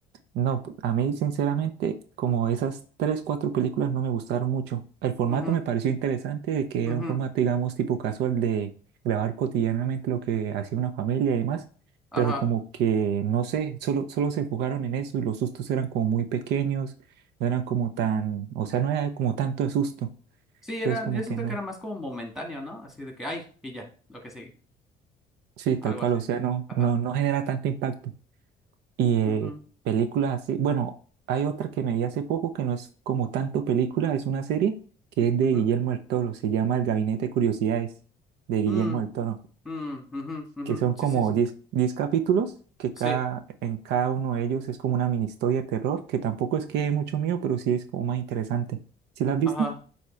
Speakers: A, on the right; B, in the centre.
A: No, p- a mí sinceramente, como esas tres, cuatro películas no me gustaron mucho. El formato
B: Ujú,
A: me pareció interesante de que
B: ujú,
A: era un formato, digamos, tipo casual de grabar cotidianamente lo que hacía una familia y demás,
B: ajá.
A: pero como que, no sé, solo, solo se enfocaron en eso y los sustos eran como muy pequeños, no eran como tan, o sea, no era como tanto de susto.
B: Sí,
A: Entonces
B: eran,
A: como
B: yo siento
A: que no,
B: que era más como momentáneo, ¿no? Así de que, ay, y ya, lo que sigue,
A: sí, tal
B: algo
A: cual,
B: así.
A: o sea, no,
B: Ajá.
A: no, no genera tanto impacto. Y
B: Ujú,
A: películas así, bueno, hay otra que me vi hace poco que no es como tanto película, es una serie que es de
B: ujú.
A: Guillermo del Toro, se llama El Gabinete de Curiosidades de Guillermo
B: Mm,
A: del Toro,
B: mm, ujú, ujú.
A: que son
B: Sí,
A: como
B: sí, sí.
A: diez diez capítulos, que cada,
B: Sí,
A: en cada uno de ellos es como una mini historia de terror, que tampoco es que dé mucho miedo, pero sí es como más interesante. ¿Sí la has visto?
B: ajá.